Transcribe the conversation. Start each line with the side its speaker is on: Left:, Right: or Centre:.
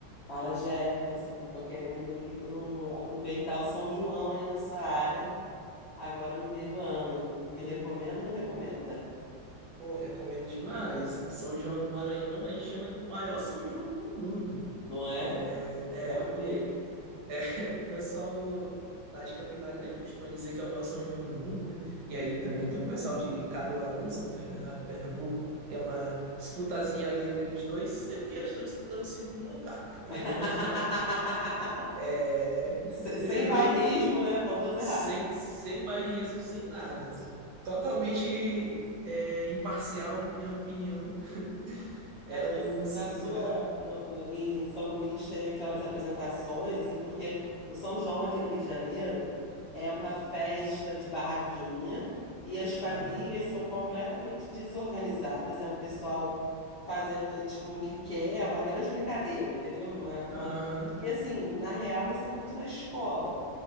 Left: Fala, Jefferson. Tô querendo ir pro aproveitar o São João aí na sua área, agora no meio do ano. Me recomenda ou não recomenda?
Right: Pô, recomendo demais. São João do Maranhão, a gente chama do maior São João do mundo.
Left: Não é?
Right: É,
Left: Já ouvi.
Right: é porque é, <laughs> o pessoal lá de Campina Grande costuma dizer que é o maior São João do mundo, né? E aí também tem o pessoal de Caruaru, se eu não estou enganado, Pernambuco. Tem uma disputazinha ali entre eles dois, sendo que eles estão disputando o segundo lugar. Que o primeiro
Left: <laughs>
Right: lugar é.
Left: Se-
Right: <laughs> o Primeiro,
Left: Sem bairrismo,
Right: lu-
Left: né? Estão todos errados.
Right: sem, sem bairrismo, sem nada. Totalmente é, imparcial, minha opinião.
Left: Mas
Right: É
Left: você,
Right: o
Left: na
Right: segundo
Left: sua,
Right: lugar.
Left: no- no- em São Luís tem aquelas apresentações, assim, porque o São João aqui no Rio de Janeiro é uma festa de barraquinha e as quadrilhas
Right: Aham,
Left: são completamente desorganizadas, é um pessoal fazendo, tipo, o que quer, é uma grande brincadeira, entendeu? Uma, uma...
Right: aham,
Left: E, assim, na real, isso é muito na escola